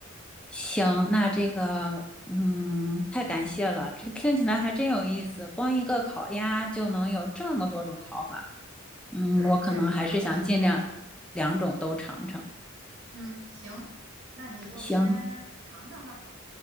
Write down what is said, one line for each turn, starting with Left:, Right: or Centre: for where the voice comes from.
Centre: 行，那这个，嗯，太感谢了，这个听起来还真有意思。光一个烤鸭就能有这么多种烤法，嗯，
Right: 是，
Centre: 我可能还是想尽量两种都尝尝。
Right: 这里边儿可讲究了。嗯，行，那你就先尝尝吧。
Centre: 行，